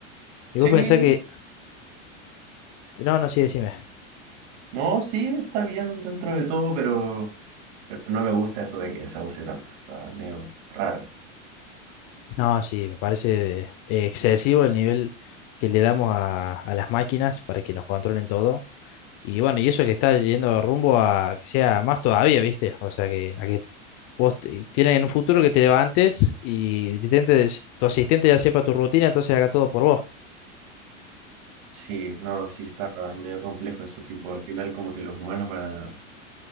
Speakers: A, on the left; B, on the right.
A: Y
B: Sí,
A: vos pensás que, no, no, sí, decime.
B: no, sí, está bien dentro de todo, pero, pero no me gusta eso de que se abuse tanto. Está medio raro.
A: No, sí, me parece eh, excesivo el nivel que le damos a, a las máquinas para que nos controlen todo. Y bueno, y eso que está yendo rumbo a que sea más todavía, ¿viste? O sea, que, a que vos te- tienes en un futuro que te levantes y te intentes- tu asistente ya sepa tu rutina, entonces haga todo por vos.
B: Sí, no, sí, está medio complejo eso, tipo, al final como que los humanos van a